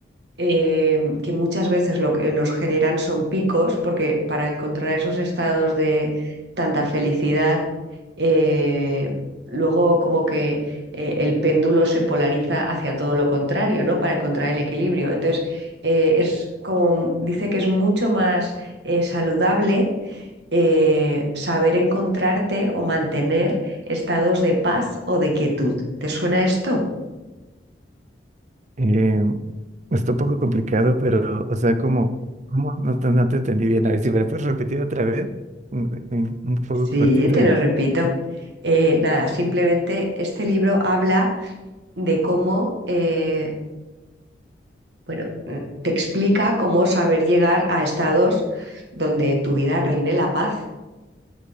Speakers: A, on the right (about 70°); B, on the right (about 40°).
A: em, que muchas veces lo que nos generan son picos, porque para encontrar esos estados de tanta felicidad, eh, luego como que eh, el péndulo se polariza hacia todo lo contrario, ¿no? Para encontrar el equilibrio. Entonces, eh, es como dice que es mucho más eh, saludable eh, saber encontrarte o mantener estados de paz o de quietud. ¿Te suena esto?
B: Eh, está un poco complicado, pero, o sea, como, ¿cómo? No, te no te entendí bien. A ver si me lo puedes repetir otra vez, un, un- un poco
A: Sí,
B: cortito
A: te
B: y...
A: lo repito. Eh, nada, simplemente este libro habla de cómo eh, Bueno, mm, te explica cómo saber llegar a estados donde en tu vida reine la paz,